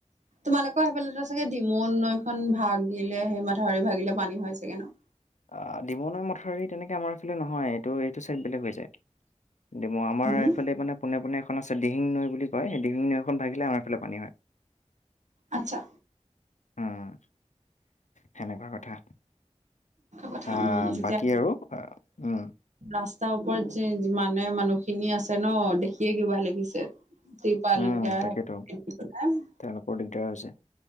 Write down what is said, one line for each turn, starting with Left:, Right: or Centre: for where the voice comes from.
Right: তোমালোকৰ সেইফালেটো চাগে ডিমু নৈখন ভাগিলে, সেই মাথাউৰি ভাগিলে পানী হয় চাগে ন'?
Left: অ' দিমৈ নৈ মথাউৰি তেনেকে আমাৰ এইফালে নহয় টো এইটো চাইড বেলেগ হৈ যায়। ডিমৌ, আমাৰ
Right: উম,
Left: এইফালে মানে পোনে পোনে এখন আছে দিহিং নৈ বুলি কয়, সেই দিহিং নৈখন ভাগিল আমাৰফালে পানী হয়।
Right: আচ্ছা।
Left: উম। সেনেকুৱা কথা।
Right: কথা
Left: আ,
Right: উম, এতিয়া
Left: বাকী আৰু উ
Right: ৰাস্তাৰ ওপৰত যে যিমানে মানুহখিনি আছে ন' দেখিয়ে কিবা লাগিছে। তিৰপাল
Left: উম
Right: এনেকে
Left: তাকেতো
Right: <unintelligible>
Left: তেওঁলোকৰ দিগদাৰ হৈছে।